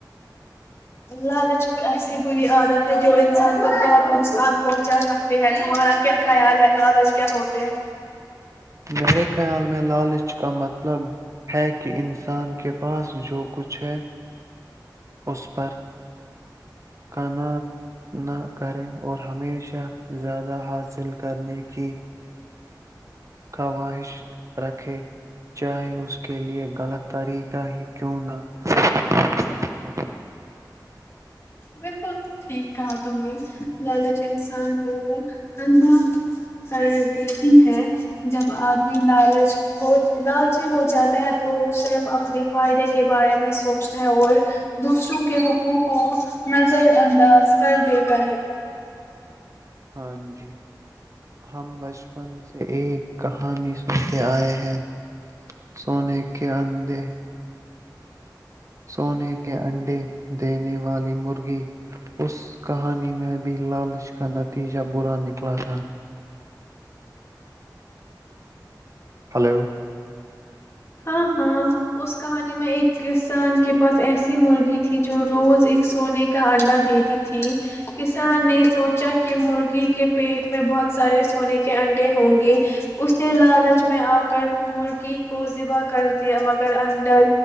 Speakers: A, on the left; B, on the right.
A: لالچ ایک ایسی بری عادت ہے جو انسان کو بہت نقصان پہنچا سکتے ہیں تمہارا کیا خیال ہے لالچ کیا ہوتے ہیں
B: میرے خیال میں لالچ کا مطلب ہے کہ انسان کے پاس جو کچھ ہے اس پر کنا نہ کرے اور ہمیشہ زیادہ حاصل کرنے کی خواہش رکھے چاہے اس کے لے غلط طریقہ ہی کیوں نہ جانا پڑے
A: بالکل ٹھیک کہا تم نے لالچ انسان کو اندا کر دیتی ہے جب آدمی لالچ ہو لالچی ہو جاتا ہے تو صرف اپنے فائدے کے بارے میں سوچتا ہے اور دوسروں کے حقوق کو نظر انداز کر دیتا ہے
B: ہاں جی ہم بچپن سے ایک کہانی سنتے آئے ہیں سونے کے اندے سونے کے انڈے دینے والی مرغی اس کہانی میں بھی لالچ کا نتیجہ برا نکلا تھا ہلو
A: ہاں ہاں اس کہانی میں ایک کسان کے پاس ایسی مرغی تھی جو روز ایک سونے کا اڈا دیتی تھی کسان نے سوچ کہ مرغی کے پیٹ میں بہت سارے سونے کے انڈے ہوں گے اس نے لالچ میں آ کر مرغی کو ذبح کر دیا اندر